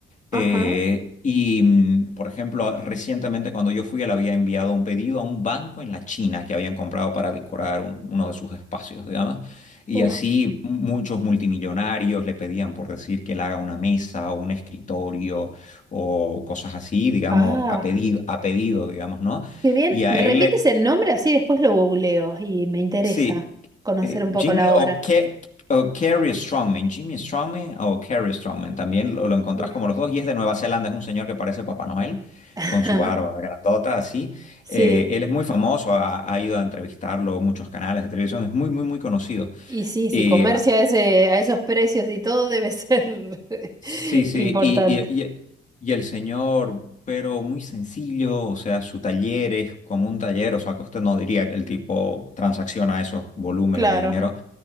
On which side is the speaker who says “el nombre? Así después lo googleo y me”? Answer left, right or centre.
Right